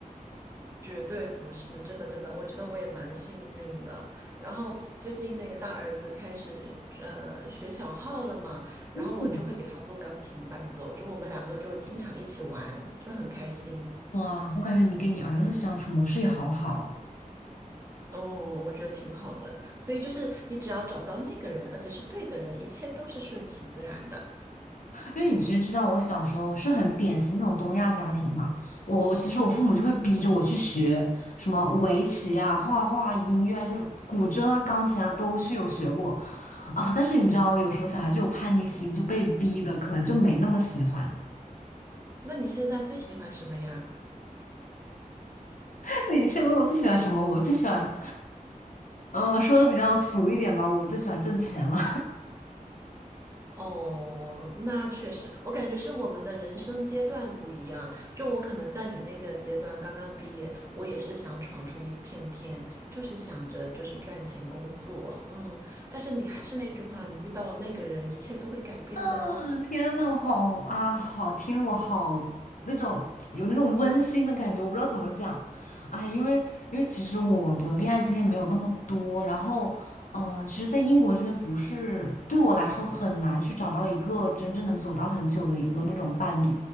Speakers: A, on the right; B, on the left.
A: 绝对不是，真的真的，我觉得我也蛮幸运的。然后最近那个大儿子开始呃学小号了嘛，然后我就会给他做钢琴伴奏，
B: <laughs>
A: 就我们两个就经常一起玩，就很开心。
B: 哇，我感觉你跟你儿子相处模式也好好。
A: 嗯，我觉得挺好的。所以就是你只要找到那个人，而且是对的人，一切都是顺其自然的。
B: 因为你其实知道，我小时候是很典型那种东亚家庭嘛。我其实我父母就会逼着我去学什么围棋啊、画画啊、音乐啊，就是古筝啊、钢琴啊，都是有学过啊。但是你知道，有时候小孩就有叛逆心，就被逼的，可能就没那么喜欢。
A: 那你现在最喜欢什么呀？
B: <laughs> 你先问我最喜欢什么，我最喜欢，呃，说的比较俗一点吧，我最喜欢挣钱了。
A: 哦，那确实，我感觉是我们的人生阶段不一样。就我可能在你那个阶段刚刚毕业，我也是想闯出一片天，就是想着就是赚钱工作，嗯。但是你还是那句话，你遇到了那个人，一切都会改变的哦。
B: 嗯，天呐，我好啊，好听，我好那种有那种温馨的感觉，我不知道怎么讲，哎，因为因为其实我的恋爱经验没有那么多，然后嗯、呃其实，在英国这边不是对我来说很难去找到一个真正能走到很久的一个那种伴侣，